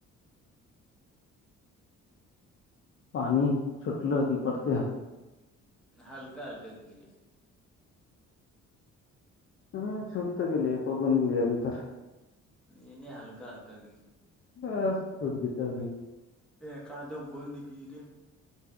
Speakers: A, on the left; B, in the centre.
A: پانی چھوٹ ل کہ پڑتے ہیں
B: ہلکا ہلکا گیرے
A: ہاں چھوٹ تو گیلی پگن گیلی ابھیدھر
B: انے ہلکا ہلکا گیرا
A: بس چوڑتا بھی
B: ایک کاد بند گییرے